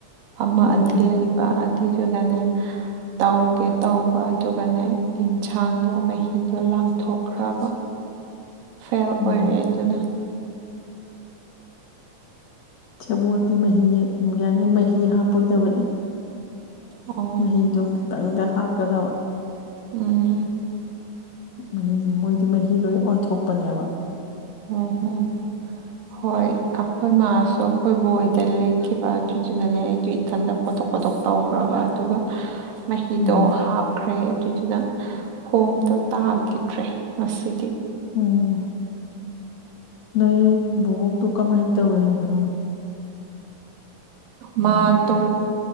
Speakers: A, on the right; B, on the left.
A: ꯑꯃ
B: ꯎꯝ
A: ꯑꯅꯤ ꯂꯩꯕ ꯑꯗꯨꯏꯗꯨꯒꯅꯦ ꯇꯧꯒꯦ ꯇꯧꯕ ꯑꯗꯨꯒꯅꯦ ꯑꯦꯟꯁꯥꯡꯗꯣ ꯃꯍꯤꯗꯣ ꯂꯥꯡꯊꯣꯛꯈ꯭ꯔꯕ ꯐꯦꯜ ꯑꯣꯏꯔꯦ
B: ꯎꯝ
A: ꯑꯗꯨꯅ
B: ꯁꯦꯕꯣꯠꯇꯤ ꯃꯍꯤ ꯌꯥ ꯃꯍꯤ ꯍꯥꯞꯄꯣꯏꯗꯕꯅꯤ
A: ꯑꯣ
B: ꯃꯍꯗꯨꯈꯤꯇꯪꯗ ꯍꯥꯞꯀꯗꯕ
A: ꯎꯝ
B: ꯃꯍꯤ ꯃꯣꯏꯗꯤ ꯃꯍꯤ ꯂꯣꯏ ꯑꯣꯟꯊꯣꯛꯄꯅꯦꯕ
A: ꯑꯣꯝ ꯍꯝ ꯍꯣꯏ ꯑꯩꯈꯣꯏ ꯃꯥꯁꯨ ꯑꯩꯈꯣꯏꯕꯨꯣꯏꯗ ꯂꯦꯛꯈꯤꯕ ꯑꯗꯨꯗꯨꯅꯅꯦ ꯑꯩꯗ ꯏꯊꯟꯗ ꯈꯣꯠꯇꯣꯛ ꯈꯣꯠꯇꯣꯛ ꯇꯧꯈ꯭ꯔꯕ ꯑꯗꯨꯒ ꯃꯍꯤꯗꯣ
B: ꯎꯝ
A: ꯍꯥꯞꯈ꯭ꯔꯦ ꯑꯗꯨꯏꯗꯨꯅ ꯐꯣꯝꯗꯣ ꯇꯥꯈꯤꯗ꯭ꯔꯦ ꯉꯁꯤꯗꯤ
B: ꯎꯝ ꯅꯣꯏ ꯕꯕꯣꯛꯇꯣ ꯀꯃꯥꯏꯅ ꯇꯧꯋꯦ ꯍꯥꯏꯕꯅꯣ
A: ꯃꯥ ꯇꯣ